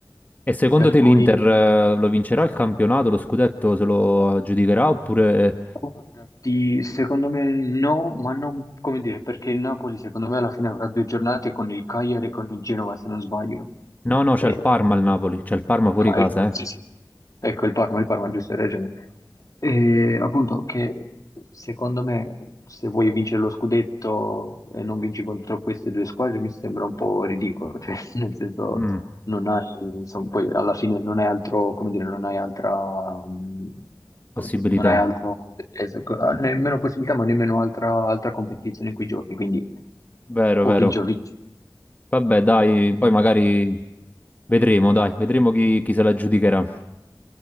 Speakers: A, on the left; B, on the left.
A: E secondo
B: Per
A: te l'Inter
B: cui
A: eh, lo vincerà il campionato, lo scudetto se lo aggiudicherà oppure... eh,
B: Guarda, ti- secondo me no, ma non come dire, perché il Napoli secondo me alla fine avrà due giornate con il Cagliari e con il Genova, se non sbaglio.
A: No, no, c'è
B: E-
A: il Parma al Napoli, c'è il Parma fuori
B: Ah,
A: casa,
B: ecco, sì,
A: eh?
B: sì. Ecco, il Parma, il Parma, giusto, hai ragione. E, appunto, che secondo me se vuoi vincere lo scudetto e non vinci contro queste due squadre mi sembra un po' ridicolo, cioè, <laughs> nel senso,
A: Mm,
B: non hai, insomma, poi alla fine non hai altro, come dire, non hai altra, mh,
A: possibilità.
B: come- non hai altro, come dire, es- co- ah, nemmeno possibilità, ma nemmeno altra, altra competizione in cui giochi, quindi
A: Vero,
B: o
A: vero.
B: vinci o vinci.
A: Vabbè, dai, poi magari vedremo, dai, vedremo chi, chi se la aggiudicherà.